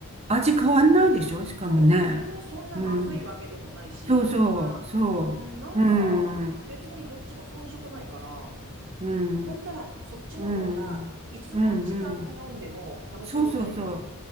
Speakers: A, on the right; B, on the right.
A: 味変わんないでしょしかもね。
B: そう。別にそんなまずいわけでもないし、
A: うん。そうそう、
B: そんな、
A: そう。
B: うん、なんか別にどっちも遜色ないから、
A: うん、うん、うん、
B: だったらそっちの方が、
A: うん、
B: いつの時間に飲んでも楽しめたり。
A: うん。そうそうそう。